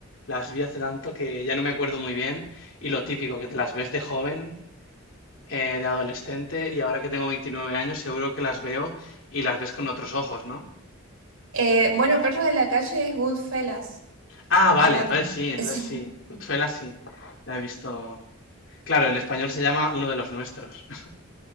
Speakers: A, on the left; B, on the right.
A: las vi hace tanto que ya no me acuerdo muy bien. Y lo típico, que te las ves de joven, eh, de adolescente, y ahora que tengo 29 años, seguro que las veo y las ves con otros ojos, ¿no?
B: eh, bueno, Perros de la calle es Goodfellas.
A: Ah, vale,
B: Es la...
A: entonces sí,
B: <laughs>
A: entonces
B: sí.
A: sí. Goodfellas sí, la he visto. Claro, en español se llama Uno de los nuestros. <laughs>